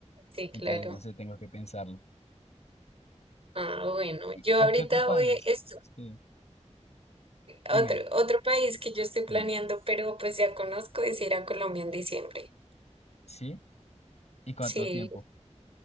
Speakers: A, on the right; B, on the left.
A: Sí, claro.
B: entonces no sé, tengo que pensarlo.
A: Ah, bueno,
B: ¿Y
A: yo
B: a
A: ahorita
B: qué otro país?
A: voy, es
B: Sí, dime.
A: otro, otro país que yo estoy
B: Sí.
A: planeando, pero pues ya conozco, es ir a Colombia en diciembre.
B: ¿Sí? ¿Y cuánto
A: Sí,
B: tiempo?